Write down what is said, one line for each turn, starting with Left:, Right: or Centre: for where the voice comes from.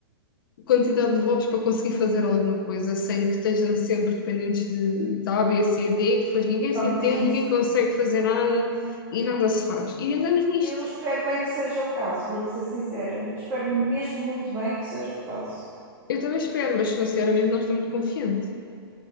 Left: quantidade de votos para conseguir fazer alguma coisa sem que estejam sempre dependentes de, de A, B, C, D, que depois ninguém
Right: pronto,
Left: se entende,
Right: é isso.
Left: ninguém consegue fazer nada e nada se faz. E andamos nisto.
Right: Eu espero bem que seja o caso, vou-te ser sincera. Espero mesmo muito bem que seja o caso.
Left: Eu também espero, mas sinceramente não estou muito confiante.